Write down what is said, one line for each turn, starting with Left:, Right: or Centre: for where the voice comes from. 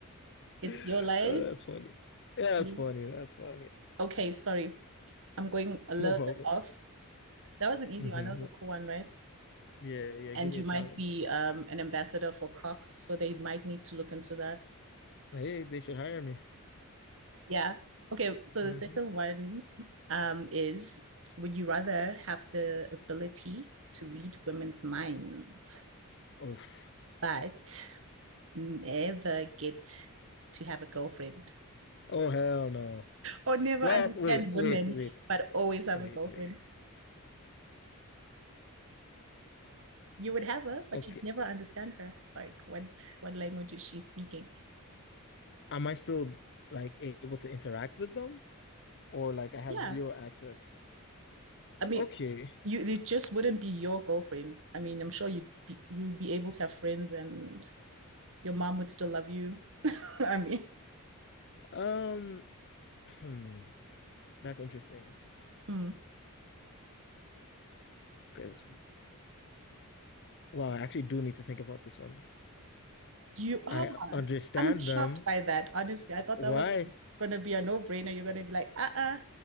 Right: it's
Left: <laughs>
Right: your life.
Left: Oh, that's funny. Yeah,
Right: Yeah.
Left: that's funny. That's funny.
Right: Okay, sorry, I'm going a little
Left: No problem.
Right: bit off. That was an easy
Left: hmm
Right: one. That was a cool one, right?
Left: Yeah, yeah.
Right: And
Left: Give me
Right: you
Left: a challenge.
Right: might be um, an ambassador for Crocs, so they might need to look into that.
Left: Hey, they should hire me.
Right: Yeah. Okay, so
Left: hmm
Right: the second one um, is would you rather have the ability to read women's minds,
Left: Oof.
Right: but never get to have a girlfriend?
Left: Oh, hell no.
Right: Or never
Left: Well,
Right: understand
Left: wait, wait,
Right: women,
Left: wait,
Right: but always have
Left: wait,
Right: a girlfriend.
Left: wait.
Right: You would have her, but
Left: Okay.
Right: you'd never understand her. Like what what language is she speaking?
Left: Am I still like able to interact with them? Or like I have
Right: Yeah.
Left: zero access?
Right: I mean,
Left: Okay.
Right: you it just wouldn't be your girlfriend. I mean, I'm sure you'd be you'd be able to have friends and your mom would still love you. <laughs> I mean,
Left: Um, hmm, that's interesting. <sighs>
Right: hmm.
Left: Because, wow, I actually do need to think about this one.
Right: you are.
Left: I
Right: Oh,
Left: understand
Right: I'm shocked
Left: them.
Right: by that. Honestly, I thought
Left: Why?
Right: that was gonna be a no-brainer. You're gonna be like, uh-uh,